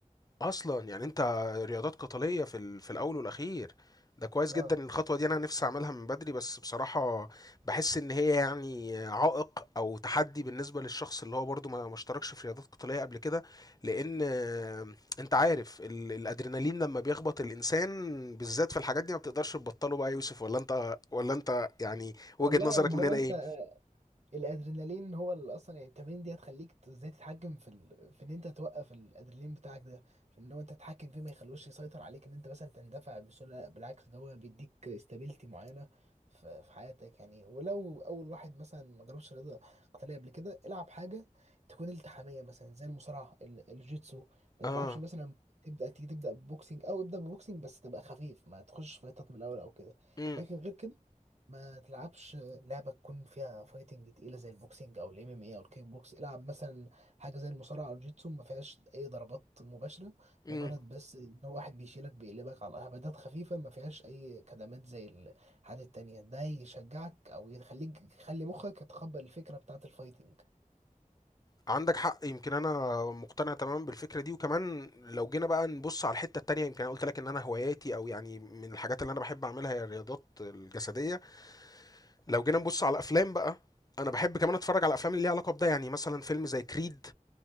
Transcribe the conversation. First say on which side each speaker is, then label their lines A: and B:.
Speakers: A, on the left; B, on the right.
A: اصلا يعني انت رياضات قتاليه في ال- في الاول والاخير ده كويس
B: اه
A: جدا إن الخطوه دي انا نفسي اعملها من بدري بس بصراحه بحس ان هي يعني عائق او تحدي بالنسبه للشخص اللي هو برضو ما ما اشتركش في رياضات قتاليه قبل كده لان آه، انت عارف ال- الادرينالين لما بيخبط الانسان بالذات في الحاجات دي ما بتقدرش تبطله بقى يا يوسف ولا انت ولا انت يعني وجهه
B: والله
A: نظرك
B: يعني ما
A: من
B: هو
A: هنا
B: انت
A: ايه
B: الادرينالين هو اللي اصلا يعني التمارين دي هتخليك ت- ازاي تتحكم في ال... في ان انت توقف الادرينالين بتاعك ده في ان هو انت تتحكم فيه ما يخلوش يسيطر عليك ان انت مثلا تندفع بسهوله لا، بالعكس ده هو بيديك استابيليتي معينه في... في حياتك يعني ولو اول واحد مثلا ما جربش رياضه قتاليه قبل كده العب حاجه تكون التحاميه مثلا زي المصارعه ال... الجيتسو ما
A: اه
B: تلعبش مثلا تبدا تيجي تبدا ببوكسنج او ابدا ببوكسنج بس تبقى خفيف ما تخش فايتات من الاول او كده
A: امم
B: لكن غير كده ما تلعبش لعبة تكون فيها فايتنج تقيلة زي البوكسينج أو الام ام اي أو الكيك بوكس العب مثلا حاجة زي المصارعة أو الجيتسو ما فيهاش أي ضربات مباشرة
A: امم
B: مجرد بس إن هو واحد بيشيلك بيقلبك على هبدات خفيفة ما فيهاش أي كدمات زي الحاجات التانية ده يشجعك أو يخليك يخلي مخك يتقبل الفكرة بتاعة الفايتنج
A: عندك حق يمكن انا مقتنع تماما بالفكره دي وكمان لو جينا بقى نبص على الحته التانيه يمكن انا قلت لك ان انا هواياتي او يعني من الحاجات اللي انا بحب اعملها هي الرياضات الجسديه لو جينا نبص على الافلام بقى انا بحب كمان اتفرج على افلام اللي ليها علاقه بده يعني مثلا فيلم زي كريد